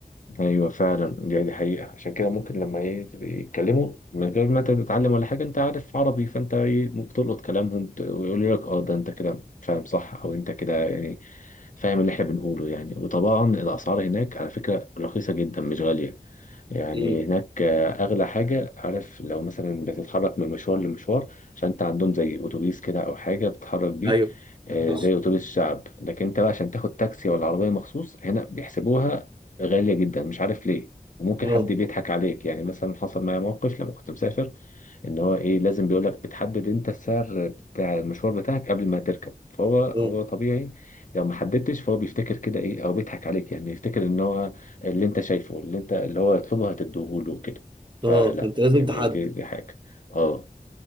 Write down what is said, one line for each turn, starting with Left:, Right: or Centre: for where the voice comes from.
Left: ايوه فعلا دي دي حقيقه عشان كده ممكن لما ايه يتكلموا من غير ما انت تتعلم ولا حاجه انت عارف عربي فانت ايه ممكن تلقط كلامهم ت- ويقولوا لك اه ده انت كده فاهم صح او انت كده يعني فاهم اللي احنا بنقوله يعني وطبعا الاسعار هناك على فكره رخيصه جدا مش غاليه يعني
Right: امم
Left: هناك آه، اغلى حاجه عارف لو مثلا بتتحرك من مشوار لمشوار فانت عندهم زي اتوبيس كده او حاجه بتتحرك بيه
Right: ايوه
Left: آه،
Right: صح
Left: زي اتوبيس الشعب لكن انت بقى عشان تاخد تاكسي ولا عربيه مخصوص هنا بيحسبوها غاليه جدا مش عارف ليه وممكن
Right: اه
Left: حد بيضحك عليك يعني مثلا حصل معايا موقف لما كنت مسافر ان هو ايه لازم بيقول لك بتحدد انت السعر بتاع المشوار بتاعك قبل ما تركب فهو هو
Right: اه
Left: طبيعي لو ما حددتش فهو بيفتكر كده ايه او بيضحك عليك يعني يفتكر ان هو اللي انت شايفه اللي انت اللي هو يطلبه هتديهوله كده فلا
Right: اه فانت لازم
Left: يعني
Right: تحدد
Left: دي دي حاجة اه